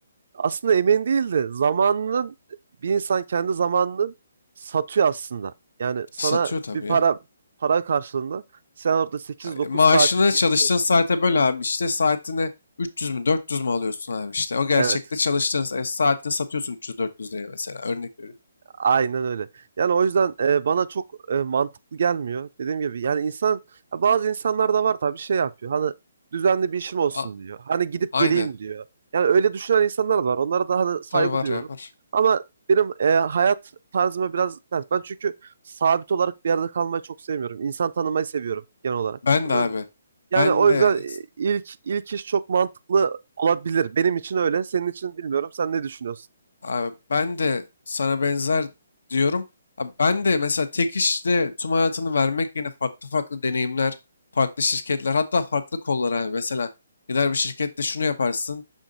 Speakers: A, on the right; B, on the left.
A: Aslında emin değil de zamanının bir insan kendi zamanını satıyor aslında. Yani sana
B: Satıyor tabii
A: bir para
B: ya.
A: para karşılığında sen orada sekiz
B: Ay,
A: dokuz
B: Maaşını
A: saatini
B: çalıştığın
A: geçiriyorsun.
B: saate böl abi işte saatine 300 mü 400 mü alıyorsun abi işte. O gerçekte
A: Evet.
B: çalıştığın sa- e, saatini satıyorsun 300-400 liraya mesela örnek veriyorum.
A: Aynen öyle. Yani o yüzden e, bana çok e, mantıklı gelmiyor. Dediğim gibi yani insan ya bazı insanlar da var tabii şey yapıyor. Hani düzenli bir işim olsun
B: A-
A: diyor. Hani gidip
B: Aynen.
A: geleyim diyor. Yani öyle düşünen insanlar da var. Onlara da hani saygı
B: Tabii var
A: duyuyorum.
B: ya var.
A: Ama benim e, hayat tarzıma biraz ters. Ben çünkü sabit olarak bir yerde kalmayı çok sevmiyorum. İnsan tanımayı seviyorum genel olarak.
B: Ben
A: Anladın
B: de abi.
A: mı? Yani
B: Ben
A: o
B: de
A: yüzden e, ilk ilk iş çok mantıklı olabilir. Benim için öyle. Senin için bilmiyorum. Sen ne düşünüyorsun?
B: Abi ben de sana benzer diyorum. Abi ben de mesela tek işte tüm hayatını vermek yerine farklı farklı deneyimler, farklı şirketler, hatta farklı kollar abi. Mesela gider bir şirkette şunu yaparsın,